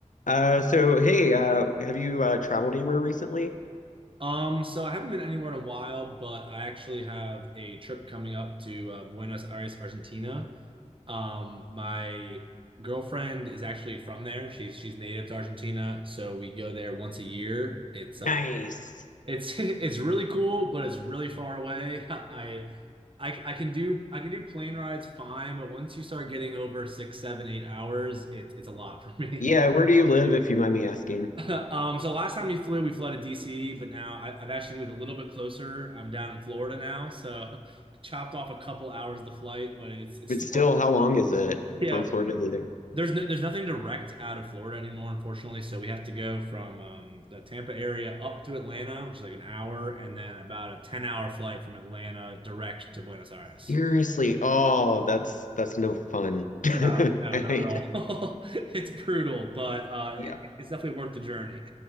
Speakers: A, on the left (about 85°); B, on the right (about 45°).
A: Uh, so hey, uh, have you uh, traveled anywhere recently?
B: Um, so I haven't been anywhere in a while, but I actually have a trip coming up to uh, Buenos Aires, Argentina. Um, my girlfriend is actually from there. She's she's native to Argentina, so we go there once a year. It's
A: Nice.
B: uh it's <laughs> it's really cool, but it's really far away. <laughs> I I I can do I can do plane rides fine, but once you start getting over six, seven, eight hours, it's it's a lot for me.
A: Yeah, where
B: <laughs>
A: do you live, if you mind me asking?
B: <laughs> um, so last time we flew, we flew to DC, but now I, I've actually moved a little bit closer. I'm down in Florida now, so <laughs> chopped off a couple hours of the flight, but it's it's
A: But
B: still
A: still, how long is it
B: <laughs> yeah.
A: from Florida to there?
B: There's no, there's nothing direct out of Florida anymore, unfortunately. So we have to go from um, the Tampa area up to Atlanta, which is like an hour, and then about a ten hour flight from Atlanta direct to Buenos Aires.
A: Seriously, oh, that's that's no fun. <laughs> I
B: No, no, not
A: hate-
B: at all. <laughs> it's brutal, but uh,
A: Yeah.
B: it, it's definitely worth the journey.